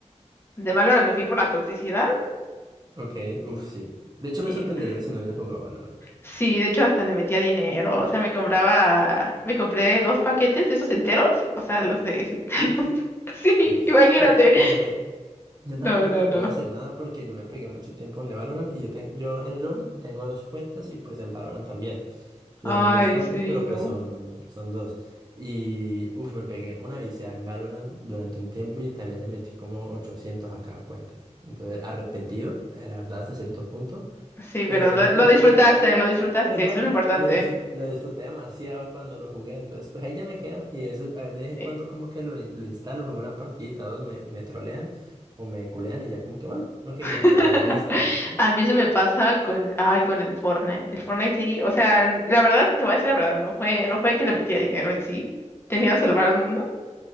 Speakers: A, on the left; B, on the right.
A: De Valorant me fui por la toxicidad.
B: Ok, uff, sí. De hecho me
A: eh,
B: sorprendería si no hubiera jugado Valorant.
A: sí, de hecho hasta le metía dinero. O sea, me compraba, me compré dos paquetes de esos enteros. O sea, los de... Sí, <laughs>
B: Uff,
A: sí,
B: sí.
A: imagínate.
B: Bueno, la verdad. Yo
A: No,
B: tampoco
A: no,
B: te puedo
A: no.
B: decir nada porque yo me pegué mucho tiempo en Valorant y yo, ten- yo en LoL tengo dos cuentas y pues en Valorant también. Las
A: Ay,
B: mismas cuentas,
A: sí,
B: pero pues
A: no.
B: son, son dos. Y uff, me pegué una viciada en Valorant durante un tiempo y también le metí como 800 a cada cuenta. Entonces, arrepentido, eh, la verdad, hasta cierto punto.
A: Sí,
B: Pero
A: pero
B: dije
A: lo, lo
B: como
A: disfrutaste,
B: que, pues,
A: lo disfrutaste.
B: pues bueno,
A: Eso es lo importante.
B: lo disfruté, lo disfruté demasiado cuando lo jugué, entonces pues ahí ya me quedan. Y a veces, a- de vez en
A: Eh,
B: cuando como que lo, in- lo instalo, juego una partidita, dos, me, me trolean o me culean y ya como que bueno, ok,
A: <laughs>
B: ya chaval, lo vuelvo a instalar.
A: A mí se me pasa con, ay, con el Fortnite. El Fortnite sí, o sea, n- la verdad, te voy a decir la verdad, no fue, no fue que le metía dinero en sí, tenía que salvar al mundo,